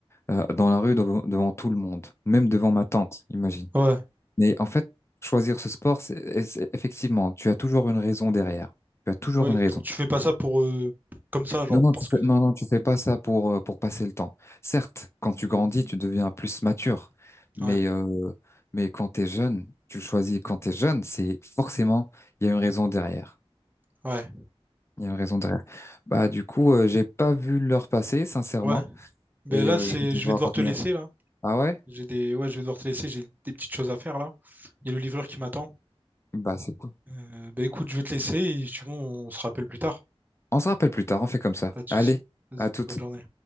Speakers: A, on the left; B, on the right.
A: euh, dans la rue devant, devant tout le monde, même devant ma tante, imagine.
B: Ouais.
A: Mais en fait, choisir ce sport, c'est, et c'est- effectivement, tu as toujours une raison derrière. Tu as toujours
B: Ouais,
A: une
B: exactement.
A: raison.
B: Tu fais pas ça pour... euh, comme ça, genre,
A: Non, non,
B: parce
A: tu fais,
B: que...
A: non, non, tu fais pas ça pour, euh, pour passer le temps. Certes, quand tu
B: Hmm.
A: grandis, tu deviens plus mature, mais,
B: Ouais,
A: euh, mais quand t'es jeune, tu le choisis quand t'es jeune, c'est forcément, il y a une raison derrière.
B: ouais,
A: Il y a une raison derrière. Bah, du coup, euh, j'ai pas vu l'heure passer, sincèrement,
B: ouais. Ben
A: et
B: là,
A: euh,
B: c'est...
A: je vais devoir
B: Je vais devoir
A: revenir.
B: te laisser, là.
A: Ah ouais?
B: J'ai des... Ouais, je vais devoir te laisser, j'ai des petites choses à faire, là. Il y a le livreur qui m'attend.
A: Bah, c'est cool.
B: Euh, ben écoute, je vais te laisser et si tu veux, on se rappelle plus tard.
A: On se rappelle plus tard, on fait comme ça.
B: Pas de souci.
A: Allez,
B: Vas-y,
A: à toute.
B: bonne journée.